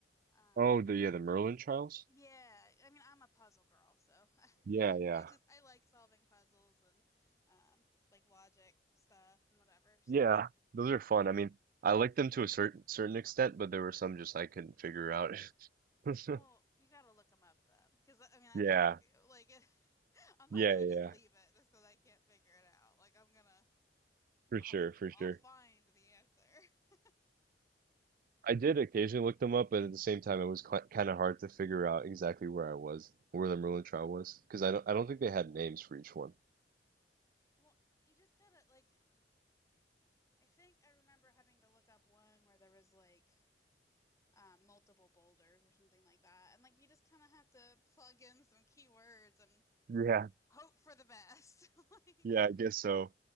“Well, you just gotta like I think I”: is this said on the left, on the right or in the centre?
Left